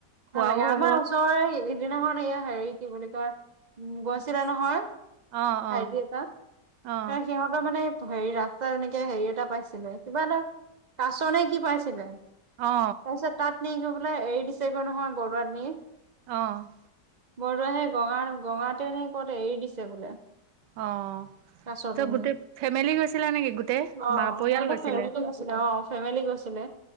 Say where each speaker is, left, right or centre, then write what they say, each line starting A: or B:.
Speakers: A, on the right; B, on the right.
A: খোৱাও
B: ভাল লাগে
A: হ'ব
B: আমাৰ ওচৰৰে হেৰিত সিদিনাখন হেৰিয়া কি বুলি কয়, উম গৈছিলে নহয়।
A: অ অ
B: ভাইটি এটা,
A: অ
B: সিহঁতৰ মানে হেৰি ৰাস তাৰ এনেকে হেৰি এটা পাইছিলে কিবা এটা, কাছৰ নেকি পাইছিলে। তাৰপিছত
A: অ
B: তাত নি গৈ পেলাই এৰি দিছেগৈ নহয় বৰুৱাত নি।
A: অ'।
B: বৰদোৱ সেই গঙা-গঙাতে নে ক'ত এৰি দিছে বোলে।
A: অ',
B: কাছৰ
A: ত'
B: টুনি
A: গোটেই ফেমিলি গৈছিলা নেকি গোটেই
B: অ
A: বা পৰিয়াল
B: সিহঁতৰ
A: গৈছিলে?
B: ফেমিলি অ', ফেমিলি গৈছিলে।